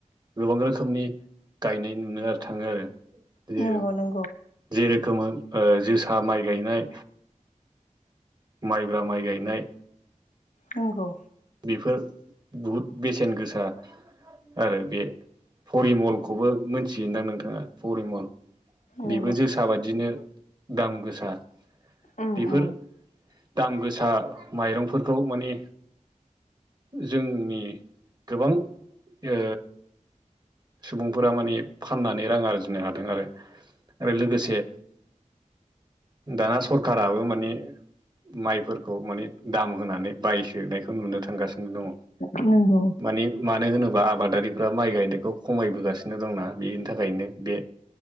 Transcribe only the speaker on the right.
गोबां रोखोमनि गायनाय नुनो थाङो आरो।
जे
जेरोखोमो ओ जोसा माइ गायनाय माइब्रा माइ गायनाय
बेफोर बुहुद बेसेन गोसा आरो बे फरिमलखौबो मोनथिगोनदां नोंथाङा परिमल
बेबो जोसा बादिनो दाम गोसा।
बेफोर
दाम गोसा माइरंफोरखौ माने जोंनि गोबां ओ सुबुंफोरा माने फाननानै रां आरजिनो हादों आरो। आरो लोगोसे दाना सरखाराबो माने माइफोरखौ माने दाम होनानै बायसोनायखो नुनो थांगासिनो दङ
माने मानो होनोबा आबादारिफ्रा माइ गायनायखौ खमायबोगासिनो दंना बेनि थाखायनो बे